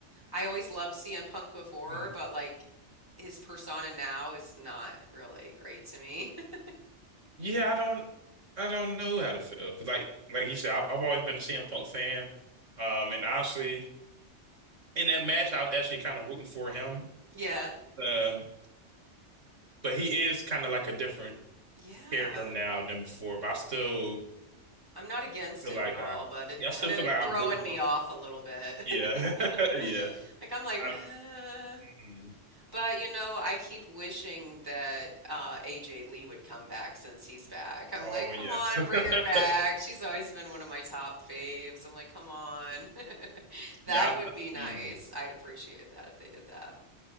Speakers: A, on the right; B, on the right.
A: I always loved CM Punk before,
B: Mhm.
A: but like his persona now is not really great to me. <laughs>
B: Yeah, I don't. I don't know how to feel because, like, like you said, I've, I've always been a CM Punk fan. Um, and honestly, in that match, I was actually kind of rooting for him.
A: Yeah,
B: Um, but he is kind of like a different
A: yeah.
B: character now than before. But I still
A: I'm not against
B: feel
A: him
B: like
A: at all,
B: I,
A: but it
B: yeah, I
A: kind
B: still
A: of
B: feel like I
A: throwing
B: root for
A: me off
B: him.
A: a little bit.
B: Yeah,
A: <laughs>
B: <laughs> yeah.
A: Like I'm like,
B: I,
A: <sighs>
B: mm.
A: But you know, I keep wishing that uh, AJ Lee would come back since he's back. I'm
B: Oh
A: like, come
B: yes.
A: on, bring her back.
B: <laughs>
A: She's always been one of my top faves. I'm like, come on. <laughs> That
B: Yeah, I,
A: would be nice.
B: mm.
A: I'd appreciate that if they did that.